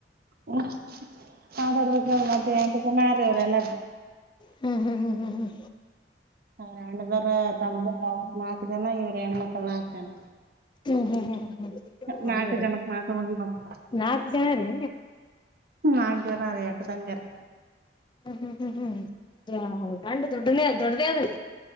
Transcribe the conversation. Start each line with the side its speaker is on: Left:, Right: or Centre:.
Right: ಹ್ಮ ಆಡ್ಬೇಕ ಮತ್ತೆ ಎಂಟು ದಿನ ಅವ್ಎಲ್ಲರ್.
Left: ಹ್ಮ್ ಹ್ಮ್ ಹ್ಮ್ ಹ್ಮ ಹ್ಮ.
Right: ಅವ್ರ ಅಣ್ಣದರ ತಮ್ಮದವ ಅವ್ರ ನಾಲ್ಕು ಜನ ಇವ್ರ ಹೆಣ್ಮಕ್ಳ ನಾಲ್ಕು ಜನ.
Left: ಹ್ಮ್ ಹ್ಮ್ ಹ್ಮ್ ಹ್ಮ್ ಹ್ಮ್
Right: ನಾಕ್
Left: ಹದ್ರೀ
Right: ಜನಕ್ ಮಾತು ಮುಗಿಬೇಕ
Left: ನಾಕ್ ಜನ ರೀ.
Right: ನಾಕ ಜನ ರೀ ಅಕ್ಕ ತಂಗಿರು.
Left: ಹ್ಮ್ ಹ್ಮ್ ಹ್ಮ್ ಹ್ಮ ಹ್ಮ ಡ ದೊಡ್ಡ ದೊಡ್ಡ ಅದು.